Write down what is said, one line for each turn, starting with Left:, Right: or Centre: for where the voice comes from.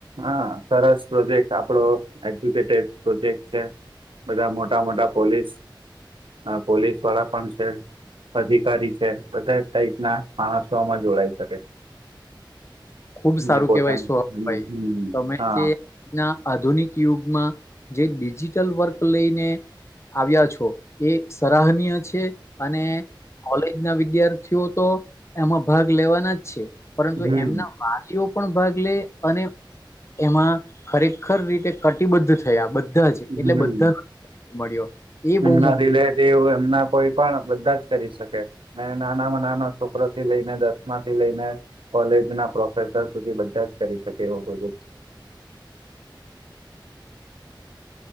Right: હા સરસ પ્રોજેક્ટ આપડો એક્ઝક્યુટેડ પ્રોજેક્ટ છે બધા મોટા મોટા પોલીસ પોલીસ વાળા પણ છે અધિકારી છે બધા ટાઈપ ના માણસોમાં જોડાઈ શકે
Left: ખુબ સારું
Right: ને પોતાની
Left: કેવાય <unintelligible>
Right: હમ
Left: ભાઈ
Right: હમ
Left: તમે
Right: હા
Left: જે આધુનિક યુગમાં જે ડિજિટલ વર્ક લઈને આવ્યા છો એ સરાહનીય છે અને કોલેજ ના વિદ્યાર્થીઓ તો એમાં ભાગ લેવાના જ છે પરંતુ
Right: હમ
Left: એમના વાલીઓ પણ ભાગ લે અને એમાં ખરેખર રીતે કટિબદ્ધ થયા બધા જ
Right: હમ
Left: એટલે બધાનો મળ્યો એ બહુ
Right: એમના રિલેટિવ એમના કોઈ પણ બધા જ કરી શકે મે નાનામાં નાના છોકરો થી લઈને દસમાં થી લઈને કોલેજ ના ના પ્રોફેસર સુધી બધા જ કરી શકે એવો પ્રોજેક્ટ છે <inaudible>